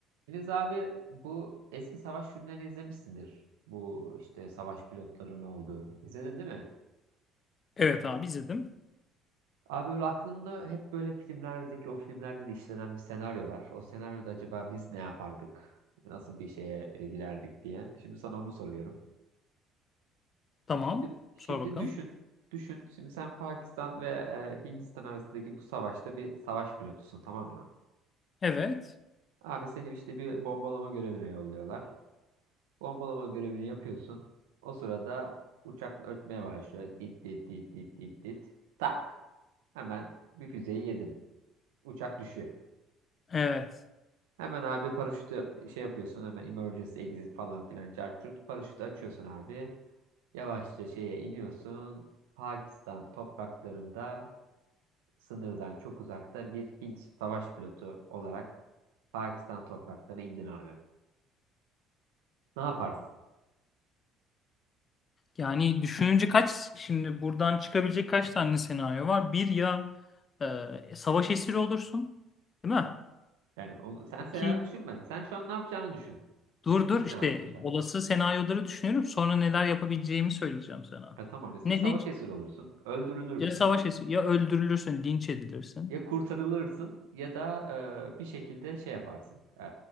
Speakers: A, on the right; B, on the left.
A: Filiz abi bu eski savaş filmlerini izlemişsindir. Bu işte savaş pilotlarının olduğu. İzledin değil mi?
B: Evet abi izledim.
A: Abi öyle aklımda hep böyle filmlerdeki o filmlerde de işlenen bir senaryo var. O senaryoda acaba biz ne yapardık? Nasıl bir şeye e, girerdik diye. Şimdi sana onu soruyorum.
B: Tamam.
A: Şimdi şimdi
B: Sor bakalım.
A: düşün. Düşün. Şimdi sen Pakistan ve e, Hindistan arasındaki bu savaşta bir savaş pilotusun tamam mı?
B: Evet.
A: Abi seni işte bir bombalama görevine yolluyorlar. Bombalama görevini yapıyorsun. O sırada uçak ötmeye başlıyor. Dit dit dit dit dit dit. Tak. Hemen bir füzeyi yedin. Uçak düşüyor.
B: Evet.
A: Hemen abi paraşütü şey yapıyorsun. Hemen emergency exit falan filan cart curt. Paraşütü açıyorsun abi. Yavaşça şeye iniyorsun. Pakistan topraklarında sınırdan çok uzakta bir Hint savaş pilotu olarak Pakistan topraklarına indin abi. Ne yaparsın?
B: Yani düşününce kaç şimdi buradan çıkabilecek kaç tane senaryo var? Bir ya e, savaş esiri olursun. Değil mi?
A: Yani o- sen
B: İki
A: senaryo düşünme. Sen şu an ne yapacağını düşün.
B: dur
A: İndin
B: dur işte
A: abi aşağı.
B: olası senaryoları düşünüyorum. Sonra neler yapabileceğimi söyleyeceğim sana.
A: Ha, tamam bir
B: Ne
A: savaş
B: ne
A: esiri olursun. Öldürülürsün.
B: ya savaş esiri ya öldürülürsün, linç edilirsin
A: Ya kurtarılırsın ya da e, bir şekilde şey yaparsın. E,